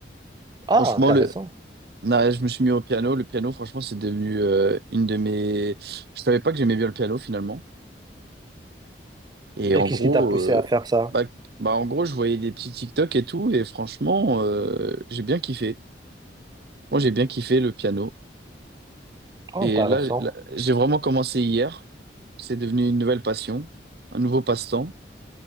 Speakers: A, on the right; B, on the right.
A: Ah,
B: Franchement,
A: intéressant.
B: le... non, je me suis mis au piano. Le piano, franchement, c'est devenu euh, une de mes... Je savais pas que j'aimais bien le piano, finalement. Et
A: Et
B: en
A: qu'est-ce
B: gros...
A: qui t'a poussé
B: euh,
A: à faire ça?
B: Bah, bah, en gros, je voyais des petits TikTok et tout, et franchement, euh, j'ai bien kiffé. Moi, j'ai bien kiffé le piano.
A: Ah,
B: Et
A: intéressant.
B: là, j'ai là, j'ai vraiment commencé hier. C'est devenu une nouvelle passion, un nouveau passe-temps.